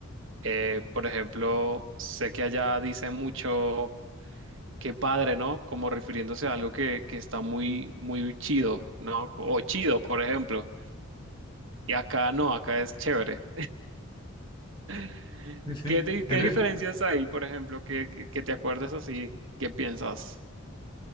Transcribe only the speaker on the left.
Sí, sí.
En, re-